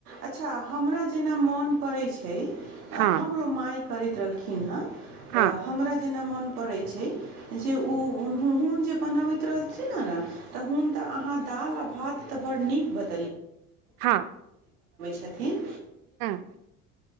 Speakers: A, on the right; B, on the right.
A: अच्छा हमरा जेना मोन पड़ैत छै
B: हँ
A: हमरो माइ करैत रहलखिन हेँ
B: हँ
A: तऽ हमरा जेना मोन पड़ैत छ जे ओन जे बनबैत रहलथिन न तहुन तऽ अहाँ दालि आ भात तऽ बड्ड नीक बत
B: हँ
A: छथिन
B: हँ